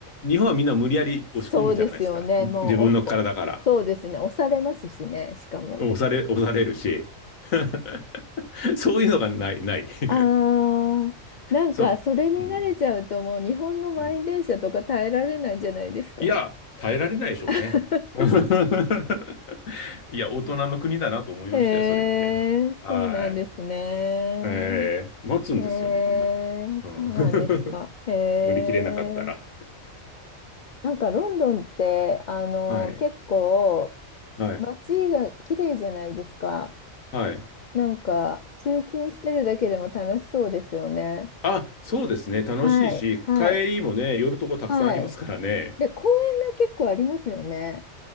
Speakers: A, on the left; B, on the left.
A: 日本はみんな無理やり押し込むじゃないですか。
B: そうですよね。もう、
A: 自分の体から。
B: お、お、そうですね。押されますしね、しかも。
A: 押され、押されるし、<laughs> そういうのがない、ない。<laughs>
B: ああ、なんか、
A: そう、
B: それに慣れちゃうと、
A: うん、
B: もう日本の満員電車とか耐えられないんじゃないですか。
A: うん。いや、耐えられないでしょうね。
B: <laughs>
A: <laughs> いや、大人の国だなと思いましたよ、
B: へえ、
A: それ見て。
B: そうなんですね。
A: はい。えー、待つんですよ、
B: へえ、
A: みんな。
B: そうなんですか。
A: うん。
B: へえ。
A: <laughs> 乗り切れなかったら。
B: なんかロンドンって、あの、
A: はい。
B: 結構、
A: はい。
B: 街が綺麗じゃないですか。
A: はい。
B: なんか、通勤してるだけでも楽しそうですよね。
A: あ、そうですね。楽しいし、
B: はい、はい、
A: 帰りもね、寄るとこたくさんありますからね。
B: はい。で、公園が結構ありますよね。